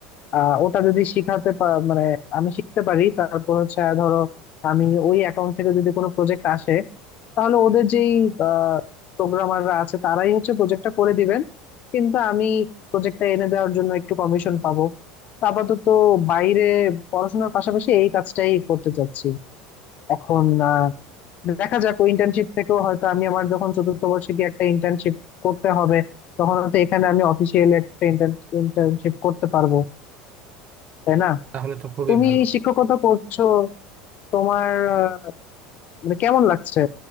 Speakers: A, on the left (about 50°); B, on the right (about 40°).
A: আহ ওটা যদি শিখাতে পা- মানে আমি শিখতে পারি তারপর হচ্ছে আহ, ধরো আমি ওই অ্যাকাউন্ট থেকে যদি কোনো প্রজেক্ট আসে তাহলে ওদের যেই প্রোগ্রামাররা আছে তারাই হচ্ছে প্রজেক্টটা করে দিবেন কিন্তু আমি প্রজেক্টটা এনে দেওয়ার জন্য একটু কমিশন পাবো তো আপাতত বাইরে পড়াশোনার পাশাপাশি এই কাজটাই করতে চাচ্ছি এখন আহ, দেখা যাক ওই ইন্টার্নশিপ থেকেও হয়তো আমি আমার যখন চতুর্থ বর্ষে গিয়ে একটা ইন্টার্নশিপ করতে হবে তখন হয়তো এখানে আমি অফিসিয়ালি একটা ইন্টার্নশিপ করতে পারবো তাই না
B: তাহলে তো খুবই
A: তুমি
B: ভালো
A: শিক্ষকতা করছো তোমার আহ, মানে কেমন লাগছে